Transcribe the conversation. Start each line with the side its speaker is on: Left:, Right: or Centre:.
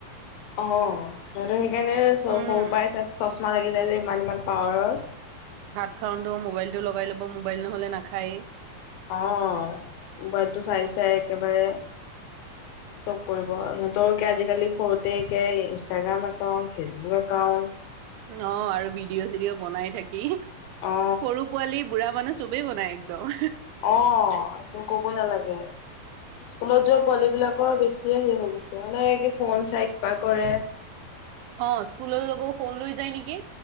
Left: অঁ সতো সেইকাৰণে সৰু
Right: উম
Left: পৰাই চচমা লাগি যায় যে ইমান ইমান পাৱাৰৰ।
Right: ভাত খাওঁতেো মোবাইলটো লগাই ল'ব মোবাইল নহ'লে নাখায়েই।
Left: অঁ মোবাইলটো চাই চাই একেবাৰে চব কৰিব সিহঁতৰকে আজিকালি সৰুতে একে ইনষ্টাগ্ৰাম একাউণ্ট ফেচবুক একাউণ্ট।
Right: ন আৰু ভিডিঅ চিডিঅ' বনাই থাকি সৰু
Left: অ
Right: পোৱালি বুঢ়া মানোজ চবেই বনাই একদম।
Left: অঁ! কব নালাগে স্কুলত যোৱা পোৱালি বিলাকৰ বেছিয়ে হেৰি হৈ গৈছে মানে- এই ফোন চাই কিবা কৰে।
Right: অঁ স্কুলৰ লগ ফোন লৈ যায় নেকি